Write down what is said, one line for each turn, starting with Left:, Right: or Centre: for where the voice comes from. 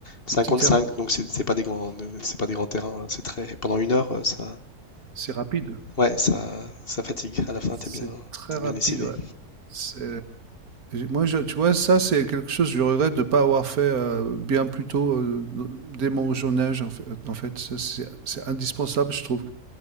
Left: cinq
Right: Le petit
Left: contre
Right: terrain,
Left: cinq, donc c'est c'est pas des grands c'est pas des grands terrains. hein, C'est très pendant une heure, euh, ça
Right: c'est rapide.
Left: ouais ça ça fatigue. À la fin, t'es
Right: C'est
Left: bien
Right: très
Left: t'es
Right: rapide,
Left: bien lessivé.
Right: ouais. C'est- Moi, je- tu vois, ça, c'est quelque chose que je regrette de ne pas avoir fait euh, bien plus tôt, euh, dès mon jeune âge. En fait, en fait. Ça, c'est c'est indispensable, je trouve,